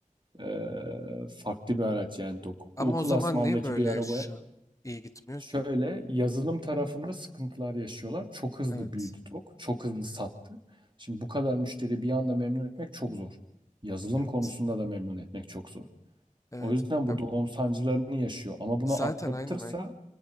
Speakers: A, on the right; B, on the left.
A: eee, farklı bir araç yani tok.
B: Ama
A: O klasmandaki
B: o zaman niye böyle
A: bir arabaya
B: şu an iyi gitmiyor
A: şöyle
B: ki?
A: yazılım tarafında sıkıntılar yaşıyorlar. Çok hızlı
B: Evet.
A: büyüdü tok, çok hızlı sattı. Şimdi bu kadar müşteri bir anda memnun etmek çok zor. Yazılım
B: Evet.
A: konusunda da memnun etmek çok zor.
B: Evet.
A: O yüzden
B: Ya
A: bu doğum sancılarını yaşıyor. Ama bunu
B: zaten
A: atlatırsa
B: aynen aynen.